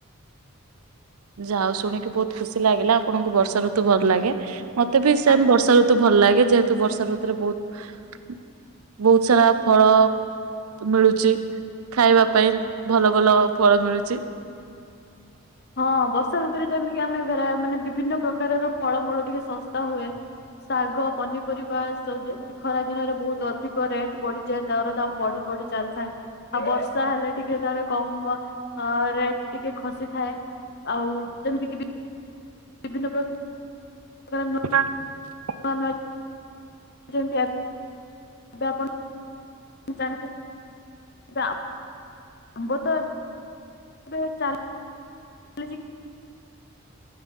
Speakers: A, on the right; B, on the left.
A: ଯାହା ହୋଉ ଶୁଣିକି ବୋହୁତ ଖୁସି ଲାଗିଲା ଆପଣଙ୍କୁ ବର୍ଷା ଋତୁ ଭଲ ଲାଗେ। ମତେ ବି ସେମ
B: ଆଜ୍ଞା
A: ବର୍ଷା ଋତୁ ଭଲ ଲାଗେ ଯେହେତୁ ବର୍ଷା ଋତୁରେ ବହୁତ ବହୁତ ସାରା ଫଳ ମିଳୁଛି। ଖାଇବା ପାଇଁ ଭଲ ଭଲ ଫଳ ମିଳୁଛି।
B: ହଁ ବର୍ଷା ଋତୁରେ ଯେମତି ଆମେ <unintelligible> ମାନେ ବିଭିନ୍ନ ପ୍ରକାରର ଫଳମୂଳ ଟିକେ ଶସ୍ତା ହୁଏ। ଶାଗ ପନିପରିବା <unintelligible> ଖରା ଦିନରେ ବହୁତ ଅଧିକ ରେଟ୍ ବଢିଯାଏ ଦର ଦାମ ବଢି ବଢି ଚାଲିଥାଏ। ଆଉ ବର୍ଷା ହେଲେ ଟିକେ ତାର କମ ରେଟ୍ ଟିକେ ଖସିଥାଏ। ଆଉ ଯେମିତିକି ବି ବିଭିନ୍ନ ପ୍ର <unintelligible>
A: ନାଁ <unintelligible>
B: ନୂଆ ନୂଆ ଯେମିତି ଆର୍ ଏବେ ଆପଣ ଜାଣି <inaudible> <unintelligible> ଆମ୍ୱ ତ ଏବେ ଚାଲ୍ ଚାଲିଛି।